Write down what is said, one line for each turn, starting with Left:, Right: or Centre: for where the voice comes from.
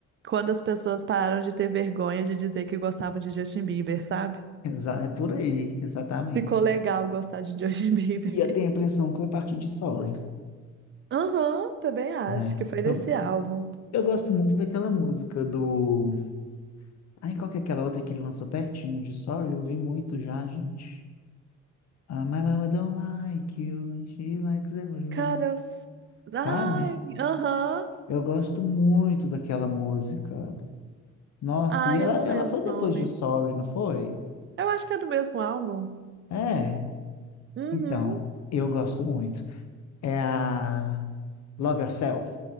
Right: quando as pessoas pararam de ter vergonha de dizer que gostavam de Justin Bieber, sabe?
Left: <laughs> Exa- É por aí, exatamente.
Right: Ficou legal gostar de Justin Bieber.
Left: E eu tenho a impressão que é a partir de Sorry,
Right: <laughs> Aham, também acho
Left: né?
Right: que foi
Left: Eu,
Right: desse álbum.
Left: eu gosto muito daquela música do. Ai, qual que é aquela outra que ele lançou pertinho de Sorry? Eu ouvi muito já, gente. Ah, my mama don't like you and she likes everyone.
Right: Cara, eu... s- Ai,
Left: Sabe?
Right: aham.
Left: Eu gosto muito daquela música. Nossa,
Right: Ai,
Left: e ela,
Right: eu não
Left: ela
Right: lembro
Left: foi
Right: o
Left: depois
Right: nome.
Left: de Sorry, não foi?
Right: Eu acho que é do mesmo álbum.
Left: É,
Right: Uhum.
Left: então, eu gosto muito. É a Love Yourself.